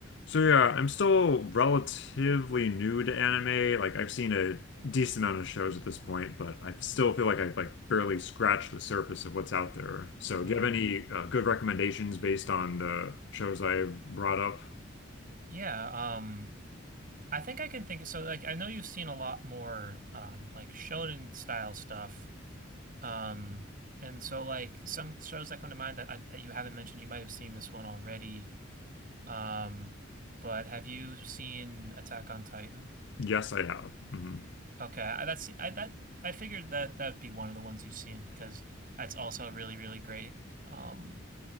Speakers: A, on the left; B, on the right.
A: So yeah, I'm still relatively new to anime. Like I've seen a decent amount of shows at this point, but I still feel like I've like barely scratched the surface of what's out there. So
B: hmm
A: do you have any uh, good recommendations based on the shows I brought up?
B: Yeah, um I think I can think so like I know you've seen a lot more um like shonen style stuff. Um and so like some shows that come to mind that I, that you haven't mentioned, you might have seen this one already. Um but have you seen Attack on Titan?
A: Yes, I have. Mhm.
B: Okay, I, that's I that I figured that that'd be one of the ones you've seen because that's also a really really great um